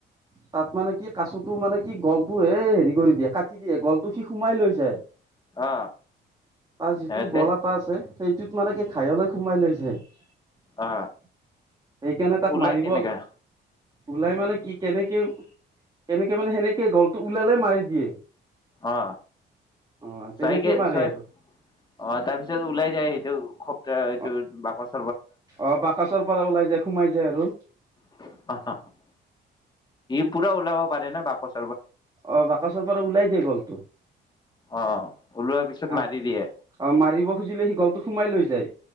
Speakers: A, on the right; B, on the left.
A: তাত মানে কি কাচতো মানে কি গলটো এ হেৰি। কৰি দিয়ে কাটি দিয়ে, গলটো সি সোমাই লৈ যায়
B: অ
A: তাৰ যিটো
B: সিহঁতে
A: গল এটা আছে সেইটোত মানে কি ঘাইলৈ সোমাই লৈ যায়। সেইকাৰণে
B: অ
A: তাক
B: ওলাই
A: মাৰিব
B: কেনেকা
A: ওলাই মানে কি কেনেকে। কেনেকে মানে সেনেকে গলটো লালে মিৰি। দিয়ে।
B: অ,
A: অ তেনেকে
B: চাইকে
A: মাৰে
B: চয়
A: আৰু
B: অ তাৰপিছত ওলাই যায় সেইটো খপ্তাহ এইটো
A: অ
B: বাকচ
A: অ, বাকচৰ পৰা ওলাই যায়। সোমাই যায় আৰু।
B: <unintelligible> পূৰা ওলাব পাৰে ন বাকচ।
A: অ, বাকচৰ পৰা ওলাই দিয়ে গ'লটো।
B: অ ওলোৱাৰ পিছত
A: অ,
B: মাৰি দিয়ে
A: মাৰিব খুজিলে সিঘলটো সোমাই লৈ যায়।